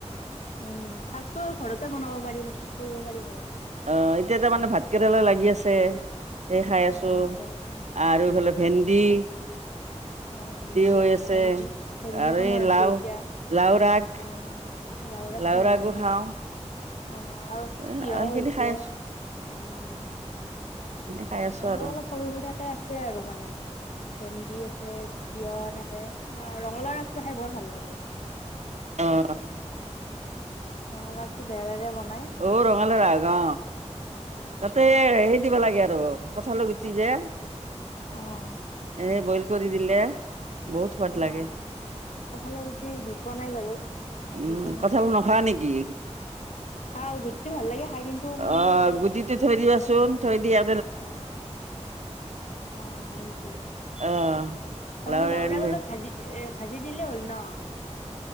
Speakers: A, on the left; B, on the right.
A: উম! খাৰটো আৰু ঘৰতে বনাব পাৰি। প্ৰস্তুত কৰিব পাৰি ঘৰতে।
B: অঁ এতিয়া তাৰ মানে ভাত কেৰেলা লাগি আছে। সেই খাই আছো
A: অ ভাতকেৰেলা
B: আৰু এইফালে ভেন্দি
A: অঁ ভেন্দি,
B: হৈ
A: অঁ
B: আছে।
A: ভেন্দি। ভেন্দিৰ
B: আৰু
A: সময়
B: এই
A: হৈছে
B: লাও,
A: এতিয়া।
B: লাও ৰাগ,
A: অঁ লাওৰা
B: লাও
A: খাই ভাল
B: ৰাগো
A: লাগে
B: খাওঁ।
A: অঁ আৰু
B: এ
A: তিয়ঁহ
B: সেইখিনি
A: হৈছে।
B: খাই আছো,
A: উম!
B: সেইখিনি খাই আছো
A: আমাৰো
B: আৰু
A: অলপ সৰু সুৰাকে আছে আৰু মানে। ভেন্দি আছে, তিয়ঁহ এনেকে। ৰঙালাও আগটো খাই বৰ ভাল লাগে।
B: অঁ!
A: ৰঙালাও আগটো <unintelligible> বনাই
B: অ
A: ভাল
B: ৰঙালাও
A: লাগে খাই।
B: আগ অ
A: অ
B: তাতে হেৰি দিব লাগে আৰু কঁঠালৰ গুটি যে।
A: অ',
B: এ বইল কৰি দিলে বহুত সোৱাদ
A: অ',
B: লাগে।
A: কঁঠালৰ গুটি দি পোৱা নাই বাৰু।
B: উম!
A: দি চাম ৰ'ব,
B: কঁঠাল নোখোৱা নেকি?
A: খাওঁ গুটিটো ভাল লাগে খাই কিন্তু মই
B: অ!
A: সেই
B: গুটিটো থৈ দিবা চোন, থৈ দিয়া
A: অঁ! অঁ, হয় নেকি?
B: অ
A: তাৰমানে
B: লাওৰাগ
A: লাওৰা
B: আনিবা
A: আগৰ লগত ভাজি এ ভাজি দিলেই হ'ল ন?